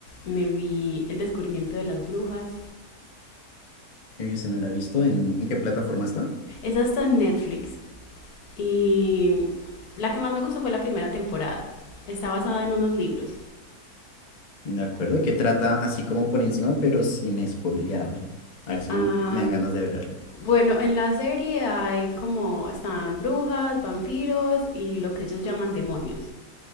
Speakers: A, on the left; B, on the left.
A: Me vi El descubrimiento de las brujas.
B: yo ese no la he visto. ¿En, en qué plataforma está?
A: Esa está en Netflix. Y la que más me gustó fue la primera temporada. Está basada en unos libros.
B: De acuerdo, que trata así como por encima, pero sin spoilearme. A ver si
A: Ah,
B: me dan ganas de verla.
A: bueno, en la serie hay como están brujas, vampiros y lo que ellos llaman demonios.